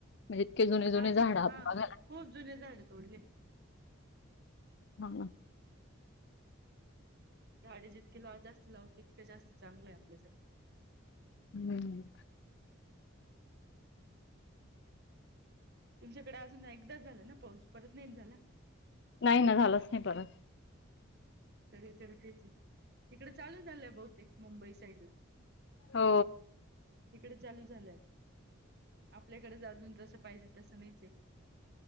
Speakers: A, on the left; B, on the right.
A: म्हणजे इतके जुने
B: नाशिक
A: जुने झाड
B: हा
A: बघाना
B: खूप जुने झाडे तोडले
A: हम्म
B: झाडे जितके ला जास्त लावू तितके जास्त चांगलंय आपल्यासाठी.
A: हम्म.
B: तुमच्याकडे अजून एकदा झाला ना पाऊस परत नाहीन झाला?
A: नाही ना झालाच नाही परत.
B: हम्म, सगळीकडे तेच आहे, हिकडं चालू झालाय बहुतेक मुंबई साईड ला.
A: हो
B: तिकडे चालू झालाय. आपल्याकडे ज आजून जसं पाहिजे तसं नाहीचए.